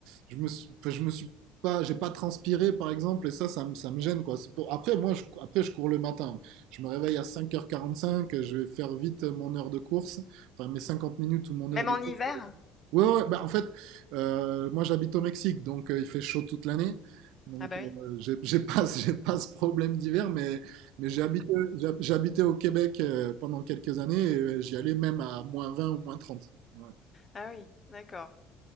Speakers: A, on the right; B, on the left.
A: je me suis, enfin, je me suis pas, j'ai pas transpiré par exemple, et ça, ça me, ça me gêne quoi. C'est pour- Après, moi, je, après, je cours le matin. Je me réveille à
B: mmh.
A: cinq heures quarante-cinq, je vais faire vite mon heure de course, enfin mes 50 minutes ou mon
B: Même
A: heure de
B: en
A: course.
B: hiver?
A: Ouais, ouais, bah en fait, euh, moi j'habite au Mexique, donc euh, il fait chaud toute l'année. Donc
B: Ah bah
A: euh,
B: oui.
A: j'ai j'ai pas, <laughs> j'ai pas ce problème d'hiver, mais, mais j'ai habité, j'ai j'ai habité au Québec euh, pendant quelques années et euh, j'y allais même à moins 20 ou moins 30. Ouais.
B: Ah oui, d'accord.